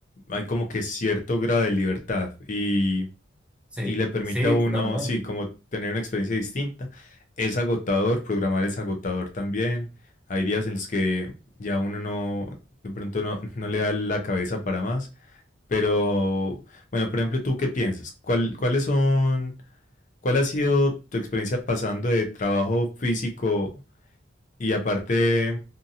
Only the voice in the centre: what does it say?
sí,
sí,
totalmente.